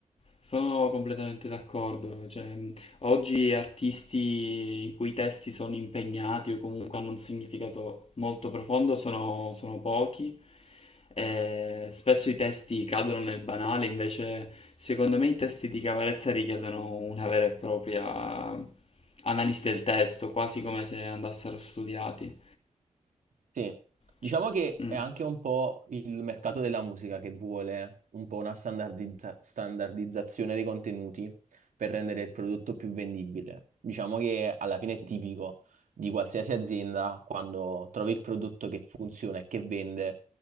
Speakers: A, on the left; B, on the right.
A: Sono completamente d'accordo, cioè, mh, oggi artisti i cui testi sono impegnati o comunque hanno un significato molto profondo sono, sono pochi, e spesso i testi cadono nel banale, invece secondo me i testi di Cavarezza richiedono una vera e propria analisi del testo, quasi come se andassero studiati.
B: Sì, diciamo
A: Ci s-
B: che
A: mm,
B: è anche un po' il mercato della musica che vuole un po' una standardizza- standardizzazione dei contenuti per rendere il prodotto più vendibile. Diciamo che alla fine è tipico di qualsiasi azienda, quando trovi il prodotto che funziona e che vende,